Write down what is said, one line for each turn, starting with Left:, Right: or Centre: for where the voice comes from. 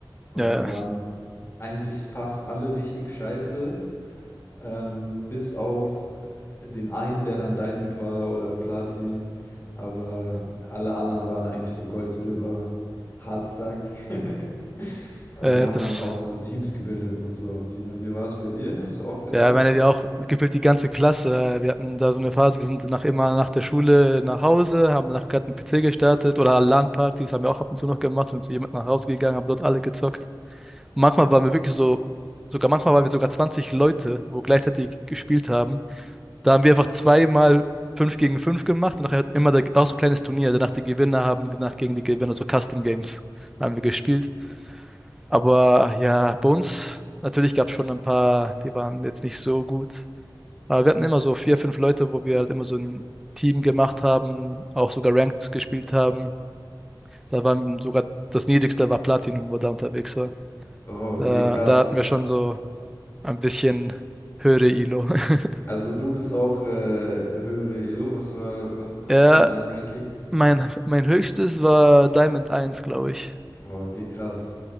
Left: und
Centre: Ja,
Left: wir waren eigentlich fast alle richtig scheiße, ähm, bis auf den einen, der dann Diamond war oder Platin. Aber alle anderen waren eigentlich so Gold, Silber, Hardstack. <laughs> Aber
Centre: äh,
Left: wir haben
Centre: das,
Left: dann auch so Teams gebildet und so. Wie, wie war es bei dir? Hast du auch gezockt?
Centre: ja, ich meine, wir auch gefühlt die ganze Klasse. Wir hatten da so eine Phase, wir sind nach immer nach der Schule nach Hause, haben nach gerade einen PC gestartet oder LAN-Partys haben wir auch ab und zu noch gemacht, sind zu jemandem nach Hause gegangen, haben dort alle gezockt. Manchmal waren wir wirklich so, sogar manchmal waren wir sogar 20 Leute, wo gleichzeitig gespielt haben. Da haben wir einfach zweimal 5 gegen 5 gemacht und nachher hat immer der, auch so ein kleines Turnier. Danach die Gewinner haben danach gegen die Gewinner so Custom Games haben wir gespielt. Aber ja, bei uns natürlich gab es schon ein paar, die waren jetzt nicht so gut. Aber wir hatten immer so vier, fünf Leute, wo wir halt immer so ein Team gemacht haben, auch sogar Ranked gespielt haben. Da waren sogar das Niedrigste war Platinum, wo da unterwegs war.
Left: Oh,
Centre: Da,
Left: okay, krass.
Centre: da hatten wir schon so Ein bisschen höhere Elo. <laughs>
Left: Also du bist auch äh, höhere Elo. Was war, was, was
Centre: Ja,
Left: ist so dein Ranking?
Centre: mein, mein höchstes war Diamond eins, glaube ich.
Left: Boah, okay, krass.